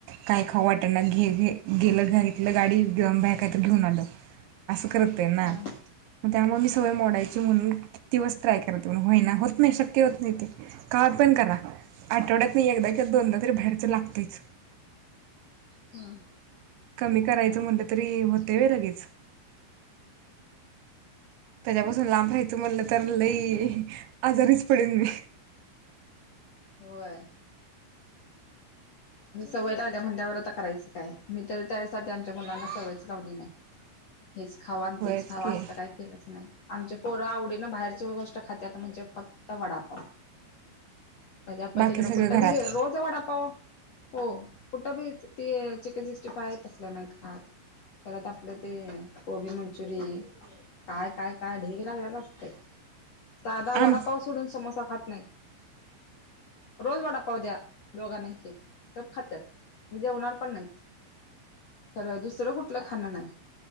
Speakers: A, on the right (about 80°); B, on the left (about 55°).
A: काय खाऊ वाटना घे घे. गेलं घे घेतलं गाडी घेऊनं बाहेर काहीतरी घेऊन आलो. करते ना
B: अ
A: मग त्यामुळे मी सवय मोडायची म्हणून. दिवस ट्राय करते पण होईना होत नाही शक्य होत नाही ते काय पण करा. आठवड्यातन एकदा किंवा दोनदा तरी बाहेरचं लागतयच.
B: हां
A: कमी करायचं म्हटलं तरी होतय वय लगेच. त्याच्यापासून लांब राहायचं म्हणलं तर लई आजारीच पडेल मी.
B: होय सवय लागल्या म्हणल्यावर आता करायचं काय मी तर त्यासाठी आमच्या मुलांना सवयच लावली नाही. हेच खावं आणि
A: होयच
B: तेच खावं
A: की
B: आसल काय केलंच नाही. आमचे पोरं आवडीन बाहेरची गोष्ट खात्यात म्हणजे फक्त वडापाव. याच्या पलीकडं
A: बाकी सगळं
B: कुठं
A: घरात
B: बी घे रोज वडा पाव. हो कुठं बी ते चिकन सिक्स्टी फाय तसल नाहीत खात. परत आपलं ते कोबी मंचुरी. काय काय काय ढीग लागलेला असतय साधा वडा
A: आम
B: पाऊस सोडून समोसा खात नाहीत रोज वडापाव द्या दोघांना एक एक. गप खात्यात जेवणार पण नाहीत खरं दुसरं कुठलं खाणं नाही.